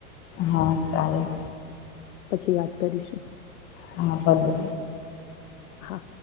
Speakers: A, on the left; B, on the left.
A: હા સારું.
B: પછી વાત કરીશું.
A: હા પછી.
B: હા.